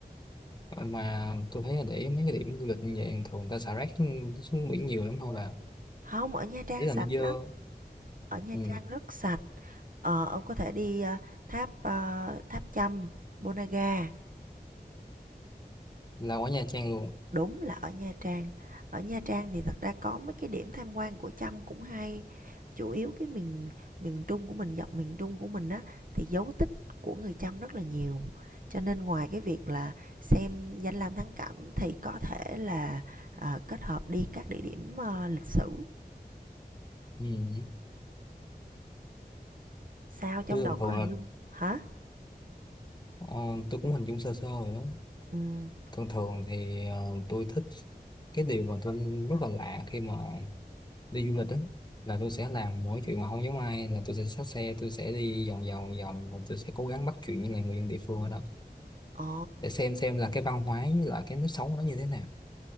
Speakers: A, on the left; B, on the right.
A: Ờ, mà tôi thấy là để ý mấy cái điểm du lịch như vậy thường người ta xả rác xuống, xuống biển nhiều lắm thôi bạn
B: không ở Nha Trang
A: ý là
B: sạch
A: nó dơ
B: lắm ở Nha
A: ừ
B: Trang rất sạch ờ, ông có thể đi ờ, tháp ờ, tháp Chăm Bonaga
A: là ở Nha Trang luôn
B: đúng là ở Nha Trang ở Nha Trang thì thật ra có mấy cái điểm tham quan của Chăm cũng hay chủ yếu cái miền miền Trung của mình dọc miền Trung của mình á thì dấu tích của người Chăm rất là nhiều cho nên ngoài cái việc là xem danh lam thắng cảnh thì có thể là ờ, kết hợp đi các địa điểm ờ, lịch sử
A: ừ
B: Sao trong
A: tôi
B: đầu
A: thường thường
B: có hình
A: là
B: dung hả?
A: ờ, tôi cũng hình dung sơ sơ rồi đó
B: Ừm,
A: thường thường thì ờ, tôi thích cái điều mà tôi rất là lạ khi mà đi du lịch đó là tôi sẽ làm mỗi chuyện mà không giống ai là tôi sẽ xách xe tôi sẽ đi vòng vòng vòng và tôi sẽ cố gắng bắt chuyện với lại người dân địa phương ở đó
B: ồ,
A: để xem xem là cái văn hóa với lại cái nếp sống nó như thế nào